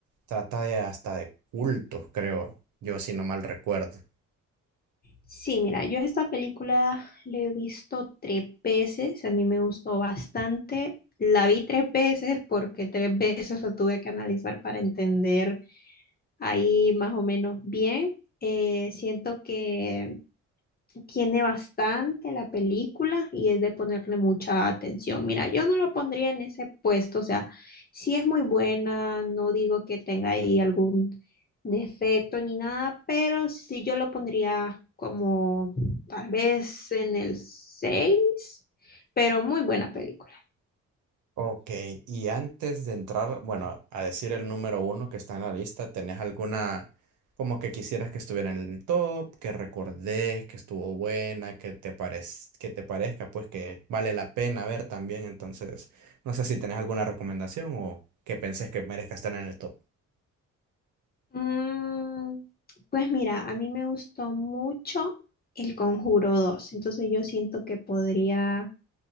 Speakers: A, on the right; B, on the left.
A: trata de hasta de cultos, creo, yo si no mal recuerdo.
B: Sí, mira, yo esta película la he visto tres veces, a mí me gustó bastante. La vi tres veces porque tres veces la tuve que analizar para entender ahí más o menos bien. Eh, siento que tiene bastante la película y es de ponerle mucha atención. Mira, yo no lo pondría en ese puesto, o sea, sí es muy buena, no digo que tenga ahí algún defecto ni nada, pero sí yo lo pondría como tal vez en el 6. pero muy buena película.
A: Ok, y antes de entrar, bueno, a decir el número uno que está en la lista, ¿tenés alguna como que quisieras que estuviera en el top, que recordés, que estuvo buena, que te parez- que te parezca, pues que vale la pena ver también? Entonces, no sé si tenés alguna recomendación o que pensés que merezca estar en el top.
B: Mm, pues mira, a mí me gustó mucho El Conjuro dos, entonces yo siento que podría